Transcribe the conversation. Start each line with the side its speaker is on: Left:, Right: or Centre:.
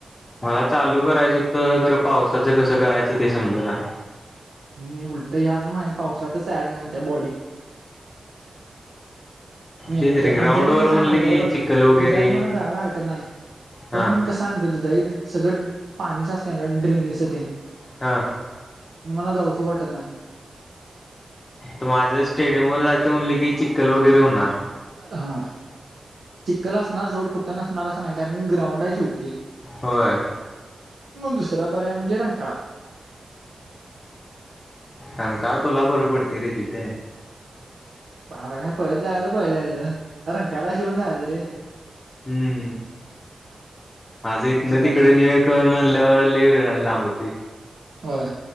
Left: मला चालू करायचं हुतं, खरं पावसाचं कसं करायचं ते समजना.
Right: मी उलटं ह्याच महिने पावसातच ऍड होत्या बॉडी मेन
Left: तेच
Right: म्हणजे
Left: रे ग्राउंड
Right: आमच्या इथं
Left: वर
Right: कसाय
Left: म्हणलं
Right: माहितीय
Left: की
Right: अबघ
Left: चिखल वगैरे
Right: दुधााल्यात मला जायला हरकत नाही. पण
Left: हा
Right: कसं हाय आमच्या दुधालीत सगळं पाणी साचतंय ड्रेनेज चं तेन.
Left: हा.
Right: मला जाऊ सं वाटत नाही.
Left: त माझं स्टेडियम वर जायचं म्हणलं की चिक्कल वगैरे होणार.
Right: हा चिक्कल असणार सोड कुट्ट नसणार असं नाही कारण की ग्राउंड हाय शेवटी ते.
Left: होय.
Right: दुसरा पर्याय म्हणजे रंकाळा.
Left: रंकाळा तूला बरं पडतं रे तिथं
Right: बाल काय पळत जायाचं पळत याचं. रंकाळ्याला शिवून जायचं रे.
Left: हम्म. माझं इथनं
Right: असं करायचं
Left: तिकडं ने कर म्हणल्यावर लइ ग लांब होतय.
Right: होय